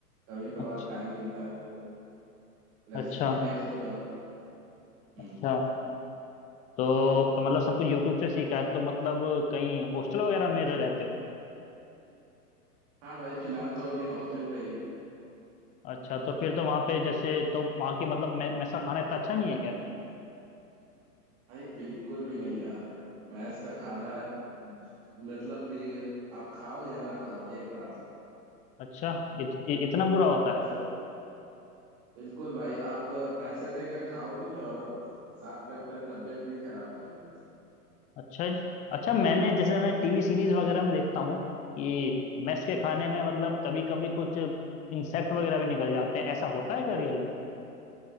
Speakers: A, on the right; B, on the left.
A: कभी कभार
B: अच्छा
A: टाइम मिलता है तो रेसिपीज
B: अच्छा
A: देख लेता हूँ हम्म
B: अच्छा तो तो मतलब सब कुछ यूट्यूब से सीखा है तो मतलब कहीं हॉस्टल वगैरह में रहते हो
A: हाँ भाई फिलहाल तो अभी हॉस्टल पे ही हूँ
B: अच्छा तो फिर तो वहां पे जैसे तो वहां की मतलब मे, मैस का खाना इतना अच्छा नहीं है क्या
A: भाई बिल्कुल भी नहीं यार भैंस का खाना मतलब भी आप खाओ या ना खाओ एक बराबर है
B: अच्छा इत, इ, इतना बुरा होता
A: उससे
B: है
A: बिल्कुल भाई आप पैसे देकर खाओ भी और साथ में अपने तबीयत भी खराब कर लो
B: अच्छा जी। अच्छा मैंने जैसे मैं टीवी सीरीज वगैरह में देखता हूँ कि मेस के खाने में मतलब कभी कभी कुछ इंसेक्ट वगैरह भी निकल जाते हैं ऐसा होता है क्या रियल में